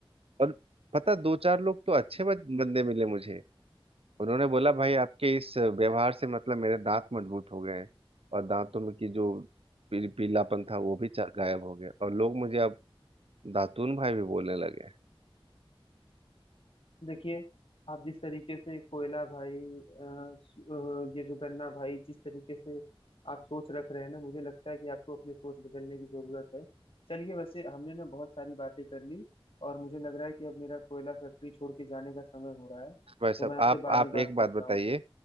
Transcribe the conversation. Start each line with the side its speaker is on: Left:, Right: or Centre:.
Right: और पता दो चार लोग तो अच्छे बन- बंदे मिले मुझे उन्होंने बोला भाई आपके इस व्यवहार से मतलब मेरे दांत मजबूत हो गए हैं और दांतों में की जो पी, पीलापन था वो भी चा- गायब हो गया और लोग मुझे अब दातून भाई भी बोलने लगे हैं।
Left: देखिए आप जिस तरीके से कोयला भाई अ, स- अ, ये जो गन्ना भाई जिस तरीके से आप सोच रख रहे हैं ना मुझे लगता है कि आपको अपनी सोच बदलने की जरूरत है चलिए वैसे हमने ना बहुत सारी बातें कर ली और मुझे लग रहा है कि अब मेरा कोयला फैक्ट्री छोड़ के जाने का समय हो रहा है
Right: भाई साहब
Left: तो मैं आपसे
Right: आप
Left: बाद
Right: आप
Left: में बात
Right: एक बात
Left: करता
Right: बताइए
Left: हूँ